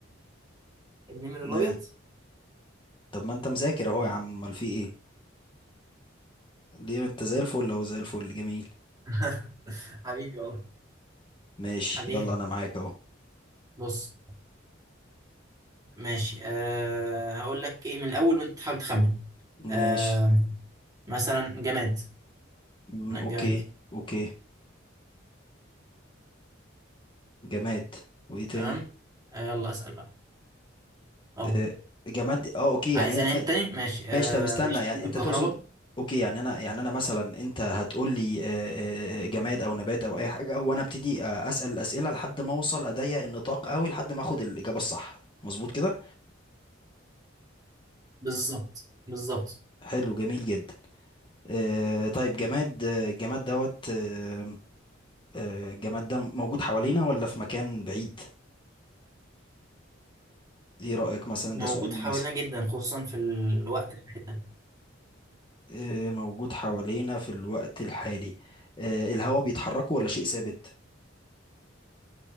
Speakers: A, on the right; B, on the left.
A: النمر الابيض
B: ها طب ما انت مذاكر اهو يا عم امال في ايه ليه انت زي الفل اهو زي الفل جميل
A: <laughs> حبيبي والله
B: ماشي
A: حبيبي
B: يلا انا معاك اهو
A: بص ماشي آه... هقول لك ايه من الاول وانت تحاول تخمن آه...
B: ماشي
A: مثلا جماد
B: أمم،
A: أنا جماد
B: اوكي اوكي جماد وايه تاني
A: تمام آه... يلا اسأل بقى اه
B: آه، جماد اه اوكي
A: عايز
B: يعني
A: انام تاني ماشي آه
B: ماشي طب استنى
A: بيشتغل
B: يعني
A: بالكهرباء
B: انت تقصد اوكي يعني انا يعني انا مثلا انت هتقول لي آه، آه، جماد او نبات او اي حاجه وانا ابتدي آه، اسال الاسئله لحد ما اوصل اضيق النطاق قوي لحد ما اخد الاجابه الصح مظبوط كده
A: بالظبط بالظبط
B: حلو جميل جدا آه، طيب جماد آه، الجماد دوت آه، آه، الجماد ده موجود حوالينا ولا في مكان بعيد ايه رايك مثلا
A: موجود
B: ده سؤال
A: حوالينا
B: مناسب
A: جدا خصوصا في الوقت الحالي ده.
B: آه، موجود حوالينا في الوقت الحالي آه، الهواء بيتحركه ولا شيء ثابت